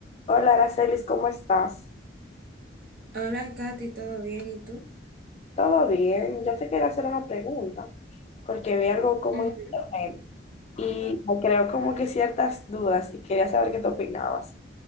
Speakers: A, on the left; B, on the right.
A: Hola, Aracelis, ¿cómo estás?
B: Hola, Katy, ¿todo bien? ¿Y tú?
A: ¿Todo bien? Yo te quería hacer una pregunta porque vi algo como
B: Ujú.
A: en internet y me creó como que ciertas dudas y quería saber qué tú opinabas.